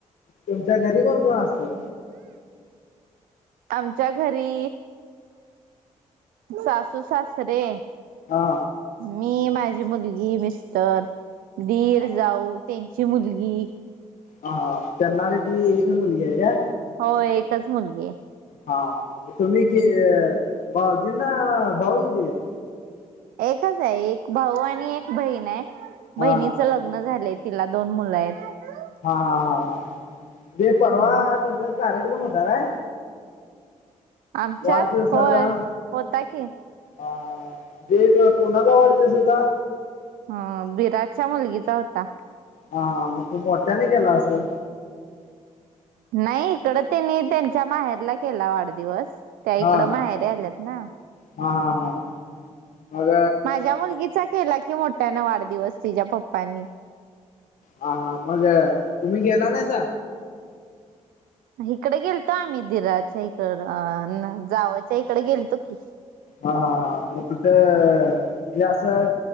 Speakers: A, on the left; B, on the right.
A: तुमच्या घरी कोण कोण असत्यात.
B: आमच्या घरी. सासू सासरे.
A: हा.
B: मी माझी मुलगी मिस्टर दीर
A: हा
B: जाऊ. त्यांची मुलगी.
A: हा हा... त्यांना किती, एकच मुलगी आहे काय.
B: हो एकच मुलगी आहे.
A: हा तुम्ही की भाऊजींना भाऊ किती आहे.
B: एकच आहे एक भाऊ आणि एक बहीण आहे
A: हा
B: बहिणीच लग्न लग्न झालय तिला दोन मुलं आहेत‌.
A: हा हा हा हा. तेे परवा
B: हा
A: त्यांच्यात कार्यक्रम होता काय?
B: आमच्यात
A: वाढदिवसाचा
B: होय होता की.
A: हा हा ते ग कोणाचा वाढदिवस होता?
B: हा दिराच्या मुलगीचा होता.
A: हा हां. मग खूप मोठ्याने केला असलं.
B: नाही इकडं त्यांनी त्यांच्या, माहेरला केला वाढदिवस. त्या
A: हा
B: इकडं माहेरी आल्यात ना,
A: हा हा हा हा मग
B: माझ्या मुलगीचा. केला की मोठ्यान वाढदिवस तिच्या पप्पांनी.
A: ह हा मग तुम्ही गेला नाहीसा.
B: इकडे गेलतो आम्ही दिराच्या हिकडं जावाच्या तिकडे गेलतो की.
A: हा हा हा मग तिथं असं